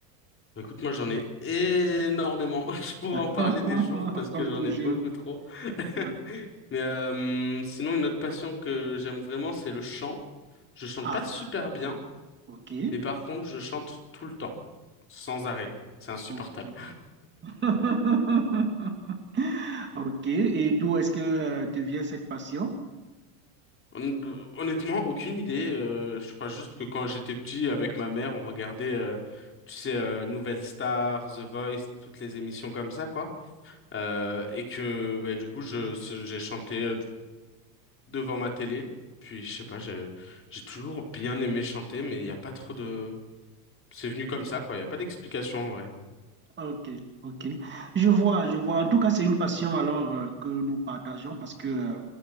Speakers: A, on the left; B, on the right.
A: Bah, Écoute, moi j'en ai énormément. <laughs> Je pourrais
B: <laughs>
A: en parler des jours parce
B: Comme
A: que j'en
B: tout
A: ai
B: jeune.
A: beaucoup trop. <laughs>
B: Ouais.
A: Mais euh, sinon, une autre passion que j'aime vraiment, c'est le chant. Je chante
B: Ah,
A: pas super bien,
B: ok,
A: mais par contre, je chante tout le temps, sans arrêt. C'est insupportable.
B: ok. <laughs> Ok, et d'où est-ce que euh, te vient cette passion?
A: Hon- Honnêtement, aucune idée. euh, je crois juste que quand j'étais petit, avec ma mère, on regardait, euh, tu sais, euh, Nouvelle Star, The Voice, toutes les émissions comme ça, quoi. Euh, et que, bah, du coup, je, ce- j'ai chanté euh, devant ma télé. Puis, je sais pas, j'ai, j'ai toujours bien aimé chanter, mais il n'y a pas trop de C'est venu comme ça, quoi. Il n'y a pas d'explication en vrai.
B: Ok, ok. Je vois, je vois. En tout cas, c'est une passion alors euh, que nous partageons parce que euh,